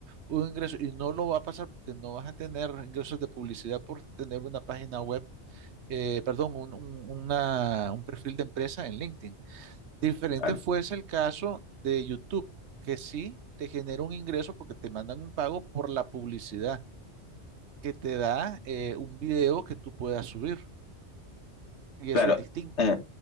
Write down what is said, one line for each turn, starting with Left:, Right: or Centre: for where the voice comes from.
Right: un ingreso, y no lo va a pasar porque no vas a tener ingresos de publicidad por tener una página web, eh, perdón, un, un- una- un perfil de empresa en LinkedIn. Diferente
Left: Claro,
Right: fuese el caso de YouTube, que sí te genera un ingreso porque te mandan un pago por la publicidad que te da eh, un video que tú puedas subir. Y
Left: claro.
Right: eso es distinto.
Left: Eh,